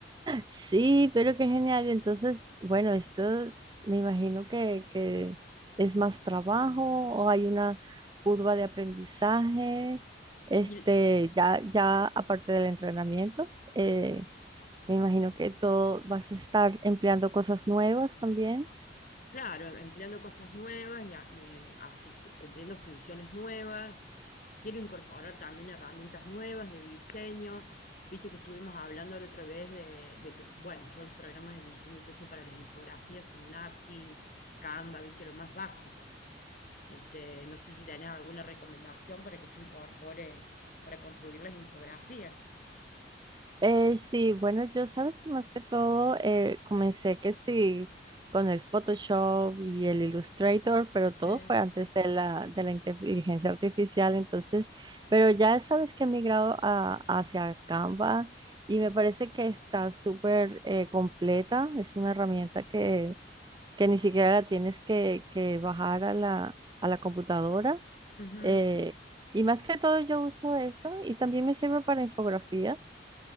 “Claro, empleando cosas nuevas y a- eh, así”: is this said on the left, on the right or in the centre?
Left